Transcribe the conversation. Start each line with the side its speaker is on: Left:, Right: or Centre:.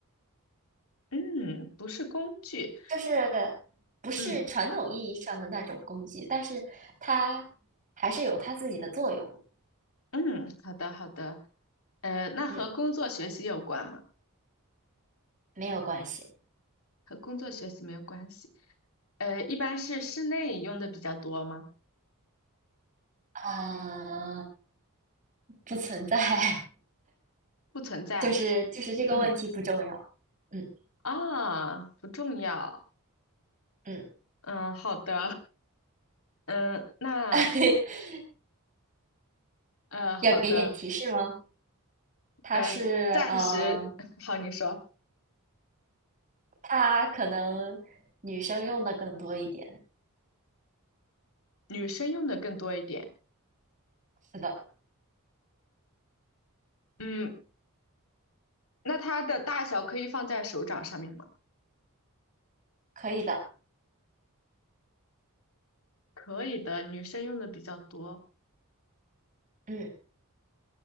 Left: 嗯，不是工具。
Right: 就是不是传统意义上的那种工具，
Left: 嗯
Right: 但是它还是有它自己的作用的
Left: 嗯，好的好的。呃，那和工作学习有关吗？
Right: 嗯，没有关系
Left: 和工作学习没有关系。呃，一般是室内用的比较多吗？
Right: 啊，不存在。<laughs>
Left: 不存在。
Right: 就是就是这个问题不重要，
Left: 嗯，
Right: 嗯
Left: 啊，不重要。
Right: 嗯，
Left: 嗯，好的。嗯，那
Right: <laughs>
Left: 呃，好的。
Right: 要给点提示吗？它是嗯，
Left: 呃，暂时，
Right: 呃
Left: <laughs> 好，你说，
Right: 它可能女生用的更多一点，
Left: 女生用的更多一点。
Right: 是的，
Left: 嗯，那它的大小可以放在手掌上面吗？
Right: 可以的，
Left: 可以的，女生用的比较多。
Right: 嗯，